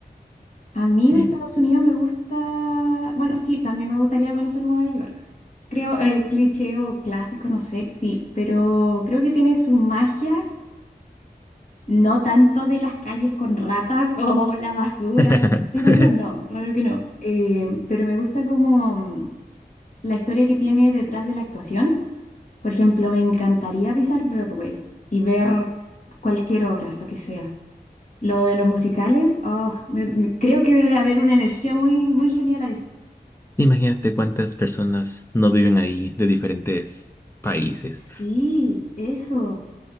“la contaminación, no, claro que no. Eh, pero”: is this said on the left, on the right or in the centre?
Left